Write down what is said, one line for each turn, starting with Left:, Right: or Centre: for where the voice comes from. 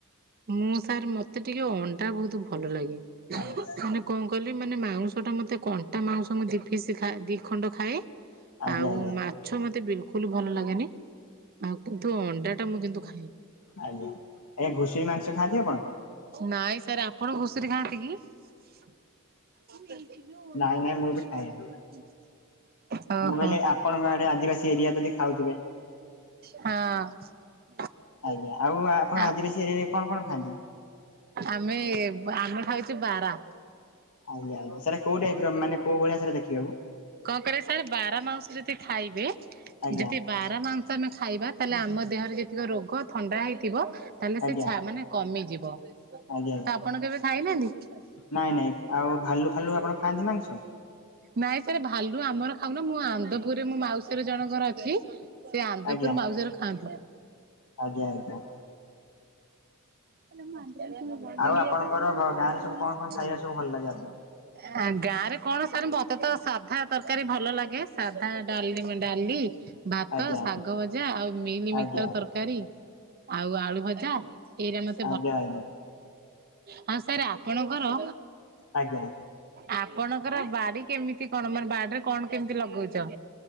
Right: ମୁଁ ସାର୍ ମତେ ଟିକେ ଅଣ୍ଡା ବହୁତ ଭଲ ଲାଗେ
Left: ଆଜ୍ଞା
Right: ମାନେ କଣ କହିଲେ ମାନେ ମାଉଁସ ଟା ମତେ କଣ୍ଟା ମାଉଂସ ମୁଁ ଦିି ପିସି ଖାଏ ଦି ଖଣ୍ଡ ଖାଏ
Left: ଆଜ୍ଞା
Right: ଆଉ
Left: ଆଜ୍ଞା ଆଜ୍ଞା
Right: ମାଛ ମତେ ବିଲ୍ କୁ କୁଲୁ ଭଲ ଲାଗେନି ଆଉ କିନ୍ତୁ ଅଣ୍ଡା ଟା ମୁଁ କିୁନ୍ତୁ ଖା ଏ
Left: ଆଜ୍ଞା ଆଜ୍ଞା ଘୁଷୁର ମାଂସ ଖାଆନ୍ତି ଆପଣ?
Right: ନାଇଁ ସାର୍ ଆପଣ ଘୁଷୁରୀ ରେ ଖାଆନ୍ତି କି? <unintelligible>
Left: ନାଇଁ ନାଇଁ ମୁଁ ବି ଖାଏନି
Right: ଓହୋ।
Left: ମୁଁ କହିଲି ଆପଣଙ୍କ ଆଡେ ଆଦିବାସୀ ଏରିଆ ଯଦି ଖାଉଥିବେ
Right: ହଁ।
Left: ଆଜ୍ଞା ଆଉ ଆପଣ
Right: ଆଉ
Left: ଆଦିବାସୀଏରିଆରେ କଣ କଣ ଖାଆନ୍ତି?
Right: ଆମେ ଆମେ ଖାଇଛେ ବାରା
Left: ଆଜ୍ଞା। ସାର୍ କୋଉ ଟାଇପ୍ ର ମାନେ କଉ ଭଳିଆ ସାରେ ଦେଖିବାକୁ
Right: କଣ କହିଲେ ସାର୍ ବାରା ମାଂସ ଯଦି ଖାଇବେ
Left: ଆଜ୍ଞା
Right: ଯଦି ବାରା ମାଂସ ଆମେ ଖାଇବା ତାହେଲେ ଆମ ଦେହରେ ଯେତିକି ରୋଗ ଥଣ୍ଡା ହେଇଥିବ ତାହେଲେ
Left: ଆଜ୍ଞା
Right: ସେଛା ମାନେ କମିଯିବ
Left: ଆଜ୍ଞା
Right: ତ ଆପଣ କେବେ ଖାଇନାହାନ୍ତି?
Left: ନାଇଁ ନାଇଁ ଆଉ ଭାଲୁ ଫାଲୁ ଆପଣ ଖାଆନ୍ତି ମାଂସ?
Right: ନାଇଁ ସାର୍ ଭାଲୁ ଆମର ଖାଉନୁ ମୁଁ ଆନ୍ଦପୁର ମୁଁ ମାଉସୀର ଜଣଙ୍କର ଅଛି ସେ ଆନ୍ଦପୁର
Left: ଆଜ୍ଞା
Right: ମାଉସୀଙ୍କର ଖାଆନ୍ତି-
Left: ଆଜ୍ଞା ଆଜ୍ଞା।
Right: <unintelligible>
Left: ଆଉ ଆପଣଙ୍କର ଗାଁରେ ସବୁ କଣ କଣ ଖାଇବା ସବୁ ଭଲ ଲାଗେ ଆପଣଙ୍କୁ?
Right: ଆ ଗାଁ ରେ କଣ ସାର୍ ମତେ ତ ସାଧା ତରକାରୀ ଭଲ ଲାଗେ ସାଧା ଡାଲି ଡାଲି- ଭାତ
Left: ଆଜ୍ଞା
Right: ଶାଗ ଭଜା ଆଉ ମିଲମିକର
Left: ଆଜ୍ଞା
Right: ତରକାରୀ ଆଉ ଆଳୁ ଭଜା ଏଇରେ ମତେ
Left: ଆଜ୍ଞା।
Right: ହଁ ସାର୍ ଆପଣଙ୍କର
Left: ଆଜ୍ଞା।
Right: ଆପଣଙ୍କର ବାଡି କେମିତି କଣ ମାନେ ବାଡିରେ କଣ କେମିତି ଲଗଉଛ?